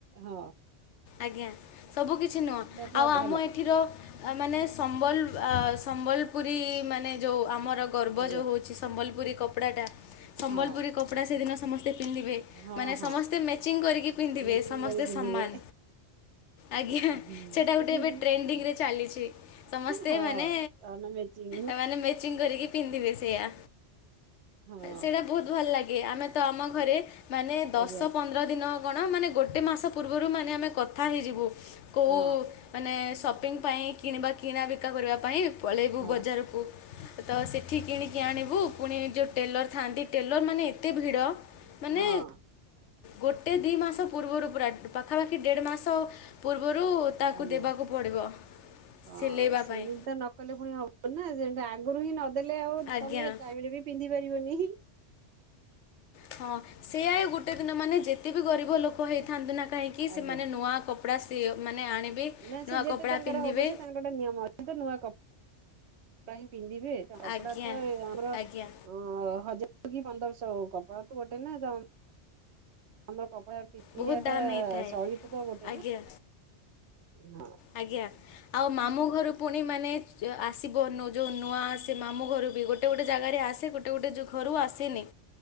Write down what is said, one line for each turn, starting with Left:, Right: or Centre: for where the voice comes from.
Right: ହଁ।
Left: ଆଜ୍ଞା ସବୁ କିଛି ନୂଆ
Right: ଏଟା ପୁରା
Left: ଆଉ ଆମ
Right: ବଢିଆ ଲାଗେ
Left: ଏ। ଠିର ମାନେ ସମ୍ବଲ ସମ୍ବଲପୁରୀ ମାନେ ଯୋଉ ଆମର। ପର୍ବ
Right: ଆଜ୍ଞା।
Left: ଯୋଉ ହେଉଛି ସମ୍ବଲପୁରୀ କପଡ଼ାଟା ସମ୍ବଲପୁରୀ
Right: ହଁ
Left: କପଡ଼ା ସେଦିନ ସମସ୍ତେ ପିନ୍ଧିବେ।
Right: ହଁ
Left: ମାନେ ସମସ୍ତେ
Right: ହଁ
Left: ମ୍ୟାଚିଂ କରିକି ପିନ୍ଧିବେ
Right: ମେଚିଂ
Left: ସମସ୍ତେ
Right: କରି ପିନ୍ଧିବେ।
Left: ସମାନ। ଆଜ୍ଞା
Right: ହୁଁ।
Left: ସେଟା ଗୋଟେ ଏବେ ଟ୍ରେଣ୍ଡିଙ୍ଗରେ ଚାଲିଛି ସମସ୍ତେ
Right: ହଁ
Left: ମାନେ।
Right: ଅନ ମେଚିଂ
Left: ଏମାନେ ମ୍ୟାଚିଂ କରିକି ପିନ୍ଧିବେ ସେଇଆ।
Right: ହଁ।
Left: ସେଇଟା ବହୁତ ଭଲ ଲାଗେ ଆମେ ତ ଆମ ଘରେ ମାନେ ଦଶ
Right: ଆଜ୍ଞା
Left: ପନ୍ଦର ଦିନ। କଣ ମାନେ ଗୋଟେ ମାସ ପୂର୍ବରୁ ମାନେ ଆମେ କଥା ହେଇଯିବୁ କୋଉ।
Right: ହଁ
Left: ମାନେ ସପିଙ୍ଗ ପାଇଁ କିଣିବା କିଣା ବିକା କରିବା ପାଇଁ। ପଳେଇବୁ
Right: ହଁ
Left: ବଜାରକୁ ତ ସେଠି। କିଣିକି ଆଣିବୁ ପୁଣି ଯୋଉ ଟେଲର ଥାଆନ୍ତି ଟେଲର ମାନେ ଏତେ ଭିଡ଼। ମାନେ
Right: ହଁ।
Left: ଗୋଟେ ଦି ଇ ମାସ ପୂର୍ବରୁ ପୁରା ପାଖାପାଖି ଦେଢ଼ ମାସ। ପୂର୍ବରୁ ତାକୁ
Right: ଆଜ୍ଞା।
Left: ଦେବାକୁ ପଡ଼ିବ
Right: ହଁ
Left: ସିଲେଇବା
Right: ସେମିତି
Left: ପାଇଁ।
Right: ତ ନ କଲେ ପୁଣି ହବ ନା ସେ ଆଗରୁ ହିଁ ନଦେଲେ ଆଉ
Left: ଆଜ୍ଞା
Right: ତମେ ଟାଇମ ରେ ବି ପିନ୍ଧି ପାରିବନି।
Left: ହଁ ସେଆ ଗୋଟେ ଦିନ ମାନେ ଯେତେ ବିି ଗରିବ ଲୋକ ହେଇଥାନ୍ତୁ ନା କାହିଁକି ସେମାନେ
Right: ଆଜ୍ଞା
Left: ନୂଆ କପ। କପଡ଼ା ସି ମାନେ ଆଣିବେ।
Right: ନା
Left: ନୂଆ
Right: ସେ ଯେତେ
Left: କପଡ଼ା
Right: ଟଙ୍କାରେ
Left: ପିନ୍ଧିବେ
Right: ହୋଉ ପଛେ ତାଙ୍କ। ଗୋଟେ ନିୟମ ଅଛି ତ ନୂଆ କ କପଡା ହିଁ ପିନ୍ଧିବେ ଏଟ କପଡା
Left: ଆଜ୍ଞା
Right: ତ ଆମର।
Left: ଆଜ୍ଞା
Right: ହଁ ହଜାର କି ପନ୍ଦରଶହ ହଉ କପଡ଼ା ତ ଗୋଟେ ନା ତ। ଆମର କପଡା ପିନ୍ଧିବା
Left: ବହୁତ ଦାମ୍
Right: ଟା
Left: ହେଇଥାଏ
Right: ସହିତ ତ ଗୋଟେ
Left: ଆଜ୍ଞା
Right: ନା। ହଁ।
Left: ଆଜ୍ଞା। ଆଉ ମାମୁଁ ଘରୁ ପୁଣି ମାନେ ଆସିବ ଯୋଉ ନୂଆ ସେ ମାମୁଁ ଘରୁ ବି। ଗୋଟେ-ଗୋଟେ ଜାଗାରେ ଆସେ ଗୋଟେ-ଗୋଟେ ଘରୁ ଆସେନି